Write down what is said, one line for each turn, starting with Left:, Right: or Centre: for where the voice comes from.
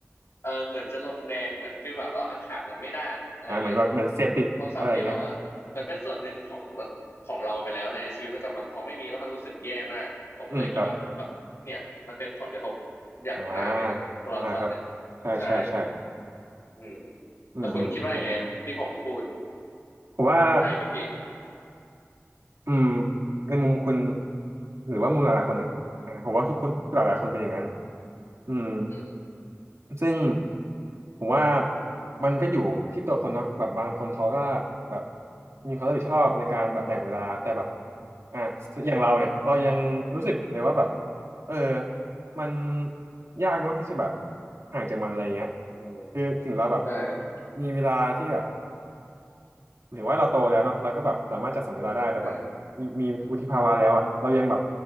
Left: เออเหมือนจะลงแดงเหมือนฟีลแบบว่าขาดมันไม่ได้อะไรอย่างเงี้ย
Right: อ่าเหมือนแบบเหมือนเสพติดอะไรเงี้ย
Left: โทรศัพท์นี่แบบว่าเหมือนเป็นส่วนหนึ่งของของเราไปแล้วในชีวิตประจำวันพอไม่มีแล้วมันรู้สึกแย่มากผมเลยคิดว่าแบบเนี่ยมันเป็นผลกระทบ
Right: อืมครับ
Left: อย่างมากเลยนะโทรศัพท์เนี่ย
Right: อ่าอ่าครับใช่ใช่ใช่
Left: ใช่ อืม
Right: อืมอืม
Left: แล้วคุณคิดว่ายังไงที่ผมพูด
Right: ผมว่า
Left: ไปเมื่อกี้
Right: อืมในมุมคุณหรือว่ามุมหลายๆคนเนี่ยอ่าผมว่าทุกคนทุกหลายๆคนเป็นอย่างนั้นอืม
Left: อืม
Right: ซึ่งผมว่ามันก็อยู่ที่ตัวคนเนาะแบบบางคนเขาก็แบบมีความรับผิดชอบในการแบบแบ่งเวลาแต่แบบอ่ะอย่างเราเนี่ยเรายังรู้สึกเลยว่าแบบ
Left: เออ
Right: เออมันยากเนาะที่จะแบบห่างจากมันอะไรเงี้ย
Left: อืม
Right: คือถึงเราแบบ
Left: ใช่
Right: มีเวลาที่แบบ ถึงว่าเราโตแล้วเนาะเราก็แบบสามารถจัดสรรเวลาได้แต่แบบมีมีวุฒิภาวะแล้วอ่ะเรายังแบบ
Left: ใช่